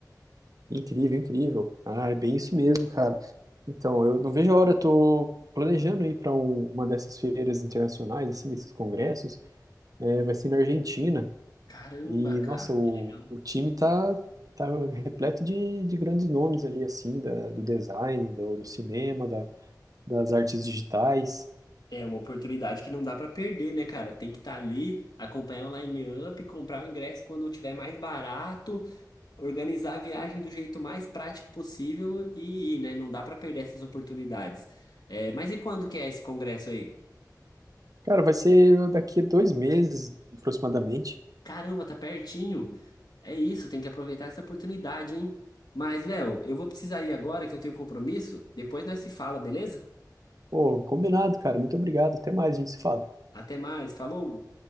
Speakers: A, on the right; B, on the left.
A: Incrível, incrível. Ah, é bem isso mesmo, cara. Então, eu não vejo a hora, tô planejando ir para uma dessas feiras internacionais, assim, desses congressos. É, vai ser na Argentina.
B: Caramba,
A: E,
B: cara,
A: nossa, o,
B: que legal.
A: o time tá, tá repleto de, de grandes nomes ali, assim, da, do design, do, do cinema, das artes digitais.
B: É uma oportunidade que não dá pra perder, né, cara? Tem que estar ali, acompanhar o line-up, comprar o ingresso quando tiver mais barato, organizar a viagem do jeito mais prático possível e ir, né? Não dá pra perder essas oportunidades. É, mas e quando que é esse congresso aí?
A: Cara, vai ser daqui a dois meses, aproximadamente.
B: Caramba, tá pertinho. É isso, tem que aproveitar essa oportunidade, hein? Mas, Léo, eu vou precisar ir agora que eu tenho compromisso. Depois nós se fala, beleza?
A: Pô, combinado, cara. Muito obrigado. Até mais, a gente se fala.
B: Até mais, falou!